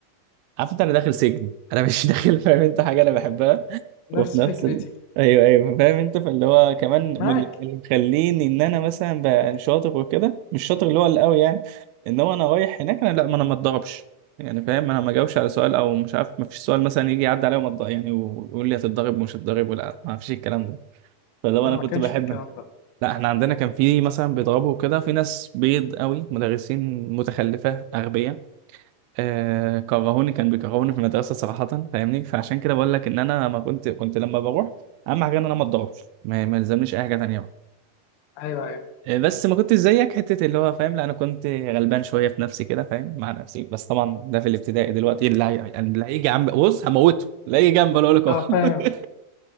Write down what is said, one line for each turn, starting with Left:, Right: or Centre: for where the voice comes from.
Right: عارف انت انا داخل سجن انا مش <laughs> داخل فاهم انت حاجة انا بحبها
Left: نفس
Right: وفي نفس
Left: فكرتي
Right: ال... ايوه ايوه فاهم انت فاللي هو كمان
Left: معاك
Right: مل- اللي اللي مخليني ان انا مثلا بقى شاطر وكده مش شاطر اللي هو القوي يعني ان هو انا رايح هناك انا لا ما انا ما اتضربش يعني فاهم انا ما جاوبش على سؤال او مش عارف ما فيش سؤال مثلا يجي يعدي عليا وما اتض- يعني ويقول لي هتتضرب ومش هتتضرب ولا ما فيش الكلام ده فلو
Left: انا
Right: انا كنت
Left: ما كانش
Right: بحب
Left: في الكلام ده
Right: لا احنا عندنا كان في مثلا بيضربوا كده في ناس بيض قوي مدرسين متخلفه اغبياء آه كرهوني كان بيكرهوني في المدرسه صراحه فاهمني فعشان كده بقول لك ان انا ما كنت كنت لما بروح اهم حاجه ان انا ما اتضربش ما ما يلزمنيش اي حاجه تانيه بقى.
Left: ايوه ايوه
Right: آه، بس ما كنتش زيك حته اللي هو فاهم لا انا كنت غلبان شويه في نفسي كده فاهم مع نفسي بس طبعا ده في الابتدائي دلوقتي اللي هي- اللي هيجي جنب بص هموته اللي هيجي جنب اقول لك اه
Left: اه
Right: <laughs>
Left: فاهم